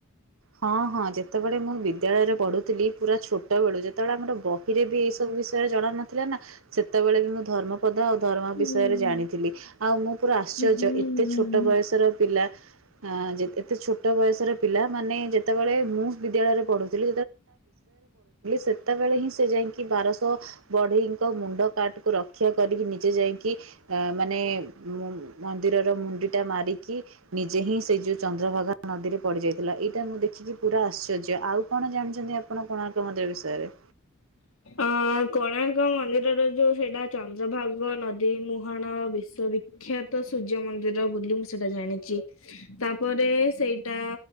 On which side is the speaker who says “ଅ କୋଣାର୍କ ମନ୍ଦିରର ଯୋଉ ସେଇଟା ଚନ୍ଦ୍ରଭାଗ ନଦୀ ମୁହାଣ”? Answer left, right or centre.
Left